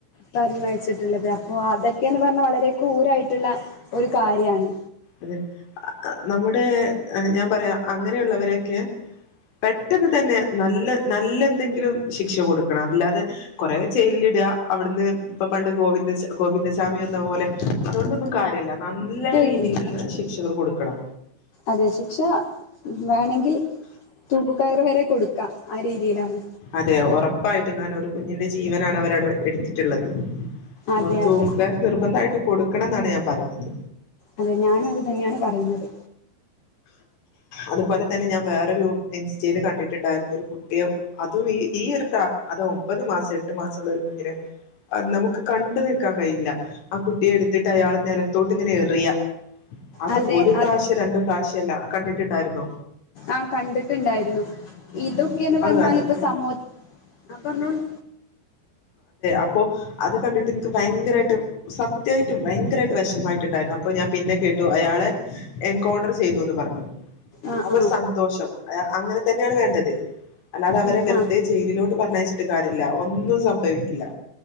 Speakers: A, on the left; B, on the left.
A: പറഞ്ഞയച്ചിട്ടുള്ളത് അ പ്പൊ അതൊക്കെന്ന് പറഞ്ഞ വളരെ ക്രൂരായിട്ടുള്ള ഒരു കാര്യാണ്.
B: അതെ അ നമ്മുടെ ഞാൻ പറയാ അങ്ങനെയുള്ളവരൊക്കെ പെട്ടെന്ന് തന്നെ നല്ല നല്ല എന്തെങ്കിലും ശിക്ഷ കൊടു ക്കണം അല്ലാതെ കൊറെ ജയിലിലിടാ അവിടുന്ന് ഇപ്പൊ പണ്ട് ഗോവിന്ദ ചാ ഗോവിന്ദ ചാമി വന്ന പോലെ അതൊണ്ടൊന്നും കാര്യല്ല. നല്ല
A: ശരിയും
B: രീ യ്യ്ല്ള്ളെ ശിക്ഷകൾ കൊടു ക്കണം.
A: അതെ ശിക്ഷ വേണെങ്കി തൂക്കുകയറ് വരെ കൊടുക്കാ ആ രീതിയിലാണ്
B: അതെ ഒറപ്പായിട്ടു ന്നാലൊരു കുഞ്ഞിൻ്റെ ജീവനാണ് അവരടെ എടുത്തിട്ടുള്ളത് ന്നൊ
A: അതെ
B: തൂക്കുകയർ
A: അതെ
B: നിർബന്ധായിട്ട് കൊടു ക്കണം ന്നാണ് ഞാൻ പറയുന്നത്
A: അതെ ഞാനും അത് തന്നെയാണ് പറയുന്നത്
B: അതുപോലെ തന്നെ ഞാൻ വേറൊരു ഇൻസ്റ്റേല് കണ്ടിട്ടുണ്ടായിരുന്നു ഒരു കുട്ടിയെ അതും ഈ ഈ ഒരു പ്ര അത് ഒമ്പത് മാസം എട്ട് മാസം ഉള്ള ഒരു കുഞ്ഞിനെ അ നമുക്ക് കണ്ടു നിൽക്കാൻ കഴിയില്ല. ആ കുട്ടിയെ എടുത്തിട്ട് അയാള് നിലത്തോട്ട് ഇങ്ങനെ എറിയ അത്
A: അതെ
B: ഒരു പ്രാവശ്യം
A: അ
B: രണ്ട് പ്രാവശ്യല്ല കണ്ടിട്ടുണ്ടായിരുന്നോ
A: ആഹ് കണ്ടിട്ടുണ്ടായിരുന്നു ഇതൊക്കെന്ന് പറഞ്ഞാൽ
B: അത് അതൊക്കെ
A: പ്പ സമൂഹ ആ പറഞ്ഞോളു
B: അപ്പോ അത് കണ്ടിട്ട് ൻക്ക് ഭയങ്കരായിട്ട് സത്യായിട്ടും ഭയങ്കര യിട്ട് വെഷമായിട്ടുണ്ടായിരുന്നു അപ്പോ ഞാൻ പിന്നെ കേട്ടു അയാളെ എൻകൗണ്ടർ ചെയ്തു എന്ന് പറഞ്ഞു
A: ആ
B: അവർ
A: ആ
B: സന്തോഷം അയ അങ്ങനെ തന്നെയാണ് വേണ്ടത് അല്ലാതെ അവര്
A: ഉം
B: വെറുതെ
A: ആ
B: ജയിലിലോട്ട് പറഞ്ഞയച്ചിട്ട് കാര്യ ല്ല ഒന്നും സം ഭവിക്കില്ല